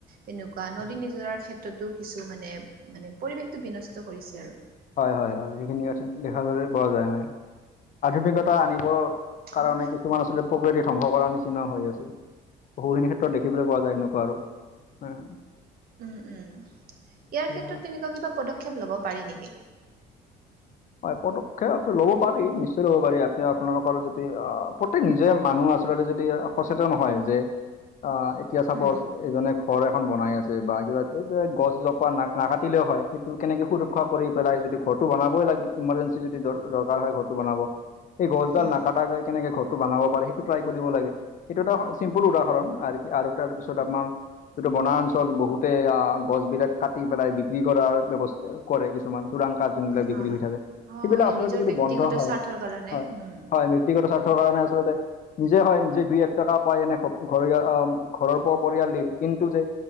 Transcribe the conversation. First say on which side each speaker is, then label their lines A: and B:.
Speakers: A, on the right; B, on the left.
A: তেনেকুৱা নদী নিজৰাৰ ক্ষেত্ৰতো কিছু মানে মানে পৰিৱেশটো বিনষ্ট কৰিছে আৰু।
B: হয় হয় হয়, সেইখিনি আ দেখাবলৈ পোৱা যায় হয়। আধুনিকতা আনিবৰ কাৰণে
A: অ',
B: কিছু কিছুমান আচলতে প্ৰকৃতি ধ্বংস কৰাৰ নিচিনাও হৈ আছে। বহুখিনি ক্ষেত্ৰত দেখিবলৈ পোৱা যায় সেনেকুৱা আৰু। হয় হয়।
A: উম উম, ইয়াৰ
B: এতিয়া
A: ক্ষেত্ৰত তেনেকুৱা কিবা পদক্ষেপ ল'ব পাৰি নেকি?
B: হয় পদক্ষেপ ল'ব পাৰি নিশ্চয় ল'ব পাৰি ইয়াতে আপোনালোকৰ যদি অ প্ৰত্যেক নিজে মানুহ আছে আচলতে যদি সচেতন হয় যে অ এতিয়া চাপউচ
A: হুম,
B: এজনে ঘৰ এখন বনাই আছে বা কিবা সেইটোৱে গছ জোপা না নাকাটিলেও হয় সেইটো কেনেকে সুৰক্ষা কৰি পেলাই যদি ঘৰটো বনাবই লাগে ইমাৰ্জেঞ্চি যদি দ দৰকাৰ হয় ঘৰটো বনাব এই গছডাল
A: হুম,
B: নাকাটাকৈ কেনেকে ঘৰ টো বনাব পাৰে সেইটো ট্ৰাই কৰিব লাগে। এইটো এটা চিম্পুল উদাহৰণ আৰু আৰু তাৰপিছত আপোনাৰ যিটো বনাঞ্চল বহুতে আ গছ বিলাক কাটি পেলাই বিক্ৰী কৰাৰ ব্যৱস্থা কৰে কিছুমান। চোৰাং কঠ যোনবিলাক
A: হয়।
B: বিক্ৰী হৈ থাকে
A: হয়,
B: সেইবিলাক আচলতে
A: নিজৰ
B: যদি
A: ব্যক্তিগত
B: বন্ধ হয়,
A: স্বাৰ্থৰ কাৰণে
B: হয়
A: হুম,
B: হয় ব্যক্তিগত স্বাৰ্থৰ কাৰণে আচলতে নিজে হয় নিজে দুই এক টকা পায় এনে ঘ ঘৰ অ ঘৰৰ প পৰিয়াল দিল কিন্তু যে